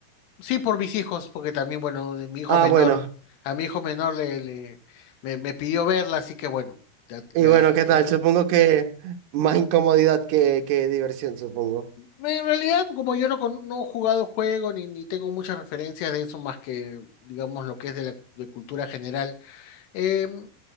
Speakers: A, on the left; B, on the right.
A: Sí, por mis hijos, porque también, bueno, de mi hijo
B: Ah,
A: menor,
B: bueno.
A: a mi hijo menor le, le- me, me pidió verla, así que bueno, la,
B: Y
A: la-
B: bueno, ¿qué
A: la-
B: tal? Supongo que más incomodidad que, que diversión, supongo.
A: En realidad, como yo no, con- no he jugado el juego ni, ni tengo muchas referencias de eso más que, digamos, lo que es de la de cultura general, em,